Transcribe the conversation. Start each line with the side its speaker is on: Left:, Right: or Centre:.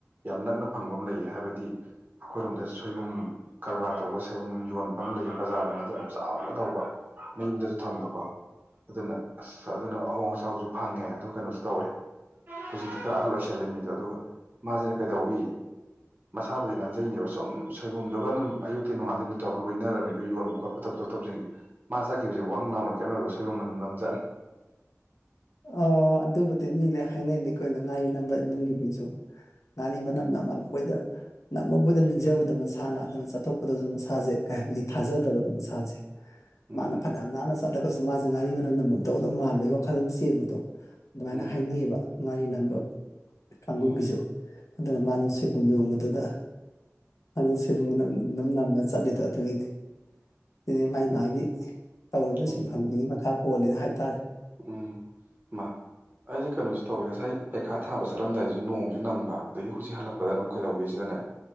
Right: ꯌꯥꯝ ꯅꯛꯅ ꯐꯪꯕ ꯑꯃ ꯂꯩꯌꯦ ꯍꯥꯏꯕꯗꯤ ꯑꯩꯈꯣꯏꯔꯣꯝꯗ ꯁꯣꯏꯕꯨꯝ ꯀꯔꯕꯥꯔ ꯇꯧꯕ ꯁꫭꯏꯕꯨꯝ ꯌꯣꯟꯕ ꯑꯃ ꯂꯩꯌꯦ ꯕꯖꯥꯔꯗ ꯃꯥꯁꯦ ꯌꯥꯝ ꯆꯥꯎꯅ ꯇꯧꯕ ꯃꯌꯨꯝꯗꯁꯨ ꯊꯝꯕꯀꯣ ꯑꯗꯨꯅ ꯑꯁ ꯑꯗꯨꯅ ꯑꯍꯣꯡ ꯑꯁꯥꯎꯁꯨ ꯐꯪꯉꯦ ꯑꯗꯨ ꯀꯩꯅꯣꯁꯨ ꯇꯧꯋꯦ ꯍꯧꯖꯤꯛꯇꯤ ꯈꯔ ꯑꯍꯥꯜ ꯑꯣꯏꯁꯜꯂꯦ ꯃꯤꯗꯣ ꯑꯗꯨꯒ ꯃꯥꯁꯤꯅ ꯀꯩꯗꯧꯋꯤ ꯃꯁꯥꯕꯨꯗꯤ ꯅꯥꯟꯖꯩꯅꯦꯕ ꯁꯨꯝ ꯁꯣꯏꯕꯨꯝꯗꯨꯒ ꯑꯗꯨꯝ ꯑꯌꯨꯛꯇꯩ ꯅꯣꯡꯉꯥꯟꯗꯩ ꯅꯨꯃꯤꯠꯇꯐꯥꯎ ꯂꯣꯏꯅꯔꯥꯕꯅꯦꯕ ꯌꯣꯟ ꯈꯣꯠꯄ ꯃꯇꯥꯞ ꯃꯇꯥꯞ ꯊꯥꯝꯖꯤꯟꯈꯤ ꯃꯥ ꯆꯥꯈꯤꯕꯁꯤ ꯋꯡ ꯂꯥꯎꯅ ꯀꯩꯝ ꯌꯥꯎꯗ꯭ꯔꯥ ꯁꯣꯏꯕꯨꯝ ꯃꯅꯝ ꯅꯝꯖꯥꯠꯅꯤ
Left: ꯑ ꯑꯗꯨꯕꯨꯗꯤ ꯃꯤꯂꯣꯢ ꯍꯥꯏꯅꯩꯅꯤ ꯀꯣꯏꯅꫭ ꯉꯥꯔꯤꯅꯝꯕ ꯏꯃꯨꯡꯒꯤ ꯃꯤꯁꯨ ꯉꯥꯔꯤ ꯃꯅꯝ ꯅꯃꯥ ꯕꯣꯏꯗ ꯅꯝꯃꯕꯣꯏꯗ ꯅꯤꯡꯖꯕꯗꯣ ꯃꯁꯥꯅ ꯑꯗꯨꯅ ꯆꯠꯊꯣꯛꯄꯗꯁꯨ ꯃꯁꯥꯁꯦ ꯀꯩ ꯍꯥꯏꯅꯤ ꯊꯥꯖꯗꯕꯗꯣ ꯃꯁꯥꯁꯦ <inaudible>
Right: ꯎꯝ
Left: ꯃꯅꯥ ꯐꯅꯌꯥꯝ ꯅꯥꯟꯅ ꯆꯠꯂꯒꯁꯨ ꯃꯥꯁꯦ ꯉꯥꯔꯤ ꯃꯅꯝ ꯅꯝꯃꯥꯝꯗꯣꯢꯗ ꯃꯥꯟꯕꯩ ꯋꯥꯈꯜ ꯑꯃ ꯆꯦꯟꯕꯗꯣ ꯑꯗꯨꯃꯥꯏꯅ
Right: ꯎꯝ
Left: ꯍꯥꯏꯅꯤꯡꯏꯕ ꯉꯥꯔꯤ ꯅꯝꯕ ꯀꯥꯡꯕꯨꯒꯤꯁꯨ
Right: ꯎꯝ
Left: ꯑꯗꯨꯅ ꯃꯥꯁꯨ ꯁꯣꯏꯕꯨꯝ ꯌꫭꯟꯕꯗꯨꯗ ꯑꯗꯨ ꯁꯣꯢꯕꯨꯝ ꯅꯝ ꯅꯝ ꯅꯝꯃꯥ ꯆꯠꯂꯤꯗꫭ ꯑꯗꯨꯒꯤꯗꯤ ꯁꯤꯗꯤ ꯃꯥꯒꯤ ꯃꯥꯒꯤ ꯇꯧꯔꯤꯕ
Right: ꯎꯝ
Left: ꯁꯤꯟꯐꯝꯗꯨꯒꯤ ꯃꯈꯥ ꯄꯣꯜꯂꯤꯗ ꯍꯥꯏꯇꯥꯔꯦ
Right: ꯎꯝ ꯃꯥ ꯑꯩꯁꯦ ꯀꯩꯅꯣꯁꯨ ꯇꯧꯋꯦ ꯉꯁꯥꯏ ꯄꯩꯈꯥ ꯊꯥꯕ ꯆꯠꯂꯝꯗꯥꯏꯁꯨ ꯅꯣꯡꯁꯨ ꯅꯪꯕ ꯑꯗꯥꯒꯤ ꯍꯧꯖꯤꯛ ꯍꯜꯂꯛꯄꯗꯅ ꯑꯃꯨꯛ ꯀꯩꯗꯧꯒꯦꯁꯤꯗꯅꯦ